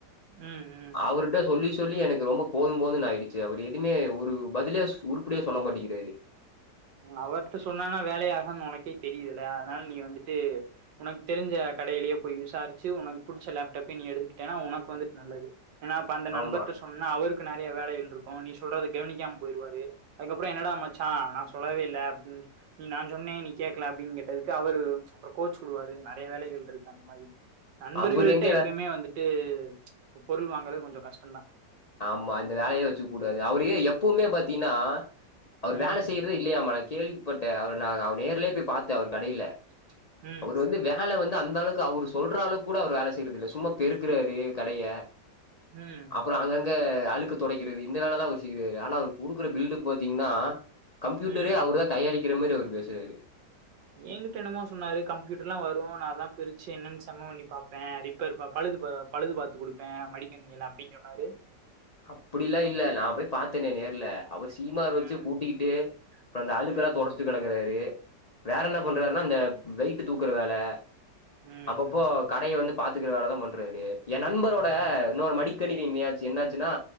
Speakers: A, on the right; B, on the left.
A: ம் ம்
B: அவருட் ட சொல்லி சொல்லி எனக்கு ரொம்ப போதும் போதுன்னு ஆயிடுச்சு அவர் எதுவுமே ஒரு பதிலே உருப்படியா சொல்ல மாட்டோங்கிறாரு
A: அவர்ட சொன்னன்னா வேலையாகா ன்னு உனக்கே தெரியுதுல அதனால நீ வந்துட்டு உனக்கு தெரிஞ்ச கடையிலயே போய் விசாரிச்சு உனக்கு புடிச்ச லேப்டாப்பே நீ எடுத்துக்கிட்டேன்னா உனக்கு வந்துட்டு நல்லது ஏன்னா அப்ப அந்த நண்பர்ட
B: ஆமா.
A: சொ ன்னா அவருக்கு நறைய வேலைகள் இருக்கும் நீ சொல்றது கவனிக்காம போயிருவாரு அதுக்கப்புறம் என்னடா மச் ச்சா நான் சொல்லவே இல்லை அப்டின் நீ நான் சொன்னேன் நீ கேடக்கல அப்டின்னு கேட்டதுக்கு அவரு அப்புறம் கோச்சு கொடுவாரு நறைய வேலைகள் இருக்காங் மாரி நண்பர்கள்ட
B: அவரு எங்க வே
A: எப்பயுமே வந்துட்டு பொருள் வாங்கிறது கொஞ்சம் கஷ்டம்தான்
B: ஆமா அந்த வேலையே வச்சுக்க கூடாது அவரு ஏ எப்பவுமே பாத்தீன்னா அவர்
A: ம்
B: வேல செய்யறதே இல்லயாமா நா‌ கேள்விப்பட்டேன் அவ நா நேர்லே போய் பாத்தே அவர் கடையில
A: ம்
B: அவர்
A: ம்
B: வந்து வே அதனால வந்து அந்த அளவுக்கு அவரு சொல்ற அளவுக்கு கூட அவர் வேல செய்யறது இல்ல சும்மா பெருக்குறாரு கடைய
A: ம்
B: அப்புறம் அங்கங் க அழுக்கு தொடைக்கிறது இந்த வேலை தா அவரு செய்வாரு ஆனா அவரு குடுக்குற பில்டுஅப் பாத்தீங்கன்னா கம்பியூட்டரே
A: ம்
B: அவர்
A: ம்
B: தான் தயாரிக்கிற மாரி அவர் பேசுவாரு
A: ஏன்கிட்ட என்னமோ சொன்னாரு கம்பியூட்டர் லாம் வரும் ந அதலாம் பிரிச்சு என்னன்னு செம்ம பண்ணி பாபேன் அரி ரிப்பேர்‌ பா பழுது பழுது பாத்து கொடுப்பேன் மடிக்கனிணியெல்லாம் அப்டின்னு சொன்னாரு
B: அப்டிலாம் இல்ல நா போய் பாத்தேனே நேர்ல அவர் சீமார் வச்சு
A: ம்
B: கூட்டிக்கிட்டே அந்த அழுக்கெல்லாம்
A: ம்
B: தொடச்சிட்டு கேடக்கிறாரு வேற என்ன
A: ம்
B: பண்றாருன்னா அந்த பெல்ட் டு தூக்குற வேலை
A: ம்
B: அப்பப்போ
A: ம்
B: கடைய வந்து பாத்துக்கிற வேலைதான் பண்றாரு என் நண்பரோட
A: ம்
B: இன்னொரு மடிக்கணிவின்யாச்சு என்னாச்சுன்னா